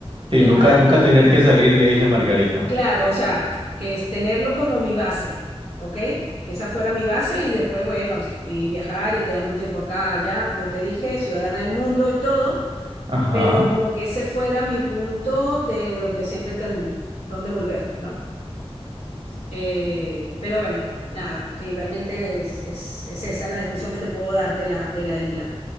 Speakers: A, on the right; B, on the left.
A: Sí,
B: viajar,
A: nunca, nunca
B: viajar.
A: tener que salir de Isla Margarita.
B: Claro, o sea, que es tenerlo como mi base, ¿ok? Que esa fuera mi base y después, bueno, s- y viajar y quedarme un tiempo acá, allá, como te dije, ciudadana del mundo y todo,
A: Ajá.
B: pero como que ese fuera mi punto de donde siempre ten, donde volver, ¿no? Eh, pero bueno, nada, sí, realmente es, es, es esa la descripción que te puedo dar de la, de la isla.